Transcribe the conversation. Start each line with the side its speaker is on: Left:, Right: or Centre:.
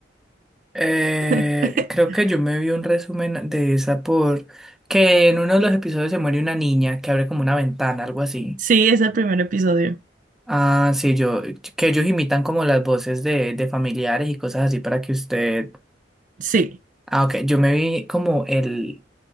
Centre: eh,
Right: <laughs>
Centre: creo que yo me vi un resumen de esa por que en uno de los episodios se muere una niña que abre como una ventana, algo así.
Right: Sí, es el primer episodio.
Centre: Ah, sí, yo, que ellos imitan como las voces de, de familiares y cosas así para que usted
Right: Sí.
Centre: Ah, ok. Yo me vi como el,